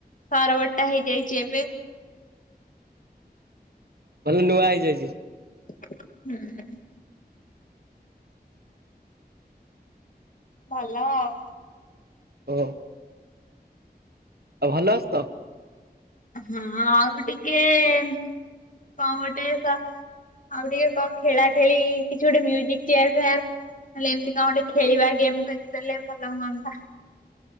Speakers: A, on the left; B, on the right.
A: ସାର ବଟା ହେଇଯାଇଛି ଏବେ।
B: ଭଲ ନୂଆ ହେଇଯାଇଛି।
A: <inaudible> ହୁଁ। ଭଲ ଆଉ।
B: ହଁ। ଆଉ ଭଲ ଅସ ତ?
A: ହଁ ଆଉ ଟିକେ ଏ ଏ ଏ <inaudible> ପାଓଟେ ଶା ଆଉ ଟିକେ କଣ ଖେଳା ଖେଳି, କିଛି ଗୋଟେ ମ୍ୟୁଜିକ୍ ଚେୟାର୍ ଫେୟାର୍ ହେଲେ ଏମିତି କଣ ଗୋଟେ ଖେଳିବା ଗେମ୍ କରିଦେଲେ ଭଲ ହୁଅନ୍ତା।